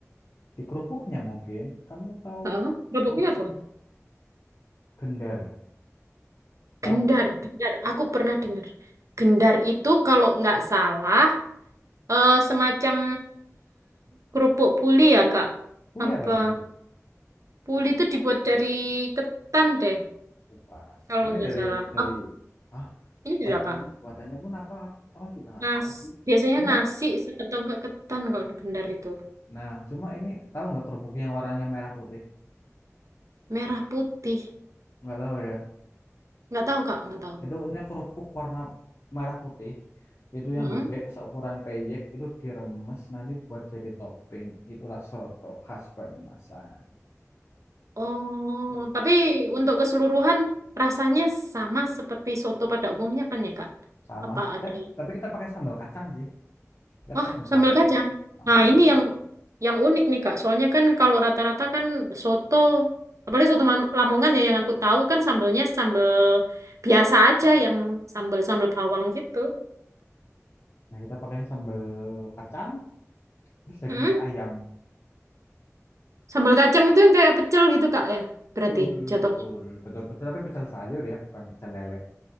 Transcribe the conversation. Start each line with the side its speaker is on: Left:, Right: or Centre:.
Left: di kerupuknya mungkin. Kamu tahu
Right: ah ah. Kerupuknya
Left: kerupuk
Right: apa?
Left: gendar? Tahu
Right: Gendar,
Left: nggak?
Right: gendar. Aku pernah dengar. Gendar itu kalau nggak salah eh, semacam kerupuk puli ya, Kak.
Left: Boleh
Right: Apa?
Left: apa tuh boleh?
Right: Puli itu dibuat dari ketan deh,
Left: Bukan.
Right: kalau
Left: Ini
Right: nggak
Left: dari
Right: salah.
Left: dari
Right: Oh,
Left: ah
Right: ini dari
Left: buatannya
Right: apa?
Left: buatannya pun apa? Aku, aku juga nggak
Right: Nas.
Left: tahu sih.
Right: Biasanya
Left: Cuma
Right: nasi atau nggak ketan kok gendar itu.
Left: nah cuma ini tahu nggak kerupuk yang warnanya merah putih?
Right: Merah putih.
Left: Nggak tahu ya.
Right: Nggak tahu, Kak. Nggak tahu.
Left: Itu untuknya kerupuk warna merah putih. Itu yang
Right: Mm-mm.
Left: gede seukuran peyek itu diremes nanti buat jadi topping. Itulah soto khas Banyumasan.
Right: Oh,
Left: Tuh.
Right: tapi untuk keseluruhan rasanya sama seperti soto pada umumnya kan ya, Kak?
Left: Sama
Right: Apa
Left: sih.
Right: ada?
Left: Eh, tapi kita pakai sambal kacang sih. Kita pakai
Right: Oh,
Left: sambal
Right: sambal
Left: kacang.
Right: kacang.
Left: Heeh.
Right: Nah, ini yang yang unik nih, Kak. Soalnya kan kalau rata-rata kan soto, apalagi soto Man- Lamongan ya yang aku tahu kan sambelnya sambel biasa aja yang sambel-sambel bawang gitu.
Left: Nah, kita pakainya sambal kacang terus dagingnya
Right: Hmm?
Left: ayam.
Right: Sambal kacang itu yang kayak pecel gitu, Kak, ya. Berarti
Left: Betul,
Right: jatuhnya.
Left: betul, betul, betul. Tapi pecel sayur ya, bukan pecel lele.